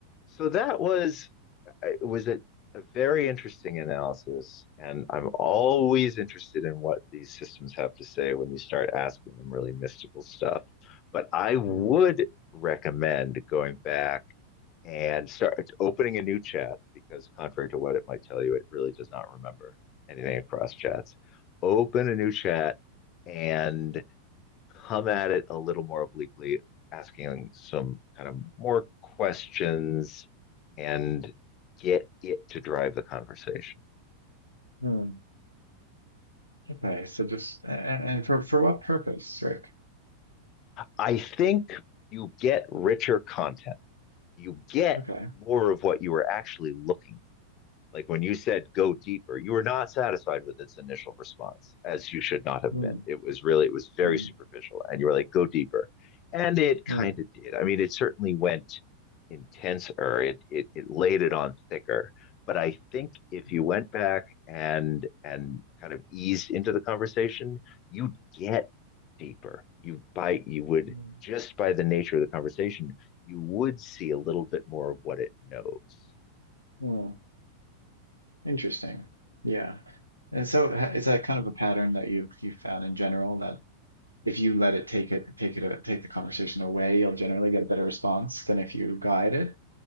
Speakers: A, on the left (about 35°); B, on the right (about 80°).
A: So that was it was a, a very interesting analysis, and I'm always interested in what these systems have to say when you start asking them really mystical stuff. But I would
B: Hmm.
A: recommend going back and start opening a new chat because contrary to what it might tell you, it really does not remember anything across chats. Open a new chat and come at it a little more obliquely, asking some kind of more questions and get it to drive the conversation.
B: Mm. Okay, so just a- a- and for for what purpose, Rick?
A: I think you get richer content. You get
B: Okay.
A: more of what you were actually looking Like when you said go deeper, you were not satisfied with its initial response, as you should not have
B: Hmm.
A: been. It was really, it was very
B: Hmm.
A: superficial. And you were like, go deeper. And it kind
B: Hmm.
A: of did. I mean, it certainly went intenser, it, it, it laid it on thicker. But I think if
B: Hmm.
A: you went back and and kind of eased into the conversation, you'd get deeper. You by you would
B: Mm.
A: just by the nature of the conversation, you would see a little bit more of what it knows.
B: Mm. Interesting. Yeah. And so ha- is that kind of a pattern that you you found in general that if you let it take it take it a- take the conversation away, you'll generally get a better response than if you guide it?